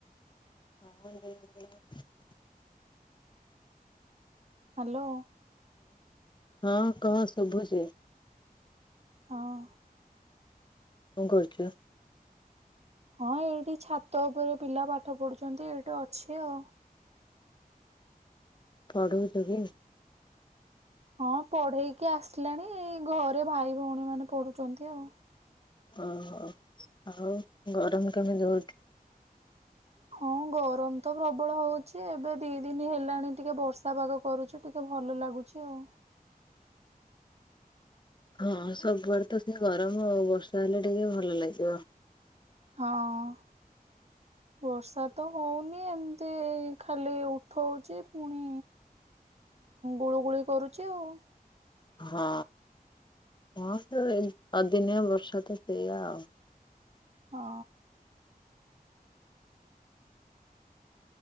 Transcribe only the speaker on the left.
<unintelligible>
ହଁ କହ ଶୁଭୁଛି।
କଣ କରୁଛୁ?
ପଢଉଛୁ କି?
ଓହୋ ଆଉ ଗରମ କେମିତି ହଉଛି?
ହଁ ସବୁଆଡ ତ ସେ ଗରମ ଆଉ ବର୍ଷା ହେଲେ ଟିକେ ଭଲ ଲାଗିବ।
ହଁ ହଁ ଅଦିନିଆ ବର୍ଷା ତ ସେଇଆ ଆଉ।